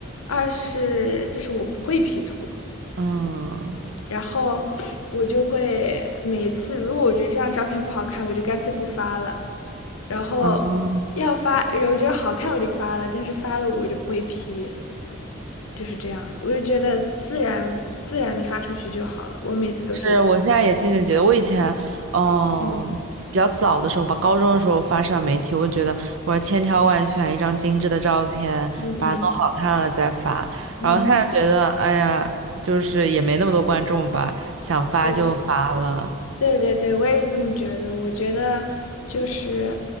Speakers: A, on the left (about 80°); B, on the right (about 70°).
A: 二是就是我不会 P 图，
B: 嗯，
A: 然后我就会每一次，如果我觉得这张照片不好看，我就干脆不发了。然后要发，
B: 哦，
A: 然后我觉得好看我就发了，但是发了我就不会 P，就是这样的。我就觉得自然自然的发出去就好了。我每次都是，
B: 是我现在也渐渐觉得，我以前嗯比较早的时候吧，
A: 嗯
B: 高中的时候发社交媒体，我就觉得我要千挑万选一张精致的照片，
A: 嗯嗯
B: 把它弄好看了再发。
A: 嗯，
B: 然后现在觉得，哎呀，就是也没那么多观众吧，想发就发了。
A: 对。对对对，我也是这么觉得。我觉得就是